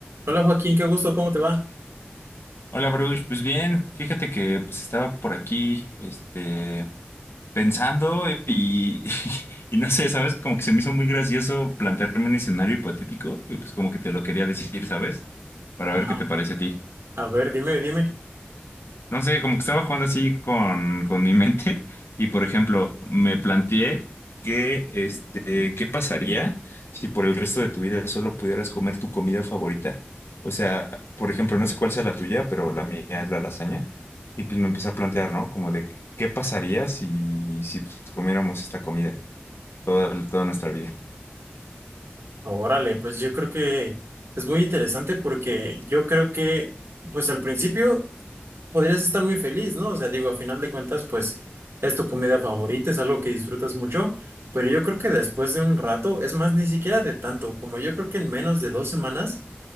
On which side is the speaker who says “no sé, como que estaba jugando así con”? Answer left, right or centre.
Left